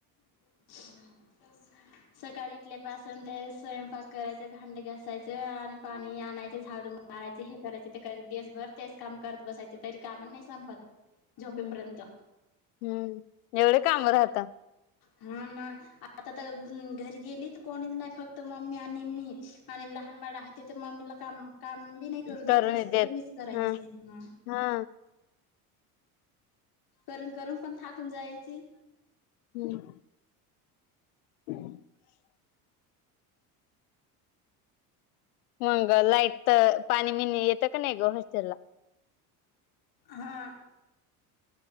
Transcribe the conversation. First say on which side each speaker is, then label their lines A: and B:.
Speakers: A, on the left (about 60°); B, on the left (about 85°).
A: <inaudible>
B: <inaudible>
A: सकाळी उठल्या पासून ते स्वयंपाक करायचे, भांडे घासायचे आणि पाणी आणायचे झाडू मा मारायचे, हे करायचे, ते करायचे, दिवसभर तेच काम करत बसायचे, तरी काम नाही संपत. झोपेपर्यंत
B: हम्म, हम्म. एवढे काम राहता?
A: हा ना, आता तर घरी गेली तर, कोणीच नाही फक् क्त मम्मी आणि मीच. आणि लहान बाळ आहे ते तर मम्मीला काम- काम बी नाही करू
B: करून
A: द्यायचे. सगळं
B: देत
A: मिच करायची
B: हा
A: हं.
B: हा.
A: करून, करून पण थाकून जायची.
B: हम्म. <inaudible> मंग लाईट तर, पाणी बीनी येतं का नाही ग हॉस्टेल ला?
A: हा.